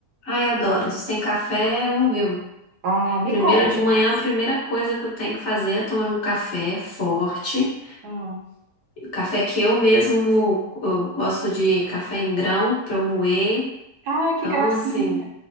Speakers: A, on the left; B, on the right.
A: Ai, adoro. Sem café eu não vivo.
B: Ah, me
A: Primeiro
B: conta
A: de manhã,
B: mais.
A: a primeira coisa que eu tenho que fazer é tomar meu café forte.
B: Ah,
A: Café que eu mesmo eu gosto de café em grão para eu moer.
B: ah,
A: Então,
B: que gracinha.
A: assim,